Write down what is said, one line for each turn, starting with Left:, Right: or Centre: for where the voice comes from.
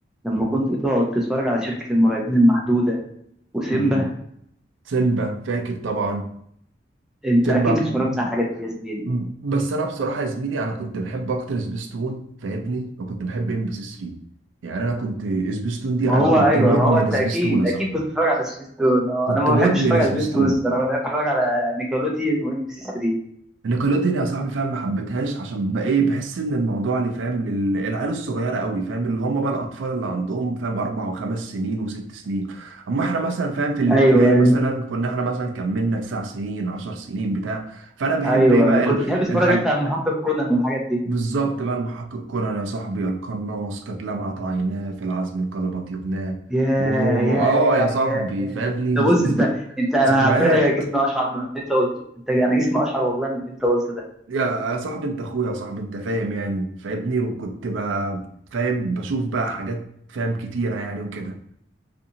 Centre: لما كنت تقعد تتفرج على شركه المرعبين المحدوده وسيمبا
Right: مم. سيمبا فاكر طبعا
Centre: انت
Right: سيمبا
Centre: اكيد
Right: مم.
Centre: اتفرجت على الحاجات دي يا زميلي
Right: مم. بس انا بصراحه يا زميلي انا كنت بحب اكتر سبيستون فاهمني وكنت بحب ام بي سي 3 يعني انا كنت سبيستون دي
Centre: ما
Right: انا
Centre: هو
Right: كنت
Centre: ايوه
Right: مدمن
Centre: ما هو انت
Right: سبيستون
Centre: اكيد
Right: يا صاحبي
Centre: اكيد كنت بتتفرج على سبيستون آه،
Right: كنت
Centre: انا ما
Right: مدمن
Centre: بحبش اتفرج
Right: سبيستون
Centre: على سبيستون الصراحه بحب اتفرج على نيكلوديون وام بي سي 3
Right: نيكلوديان يا صاحبي فاهم ما حبيتهاش عشان بقى ايه بحس ان الموضوع اللي فاهم للعيال الصغيره قوي فاهم اللي هم بقى الاطفال اللي عندهم فاهم اربع وخمس سنين وست سنين اما احنا مثلا فاهم في الابتدائي
Centre: ايوه ايوه
Right: مثلا كنا احنا مثلا كملنا تسع سنين عشر سنين بتاع فانا بحب
Centre: ايوه
Right: ايه بقى
Centre: كنت
Right: ال-
Centre: بتحب تتفرج
Right: الحاج
Centre: انت على محقق كونان والحاجات دي
Right: بالظبط بقى المحقق كونان يا صاحبي القناص قد لمعت عيناه في العزم انقلب طيبناه
Centre: يا
Right: واه
Centre: يا يا
Right: يا صاحبي
Centre: يا يا
Right: فابني
Centre: انت بص
Right: ز-
Centre: انت
Right: ز-
Centre: انت انا
Right: ذكريات
Centre: على فكره جسمي اشعر من اللي انت قلته انت انا جسمي اشعر والله من اللي انت قلته ده
Right: يا صاحبي انت اخويا يا صاحبي انت فاهم يعني فاهمني وكنت بقى فاهم بشوف بقى حاجات فاهم كتيرة يعني وكده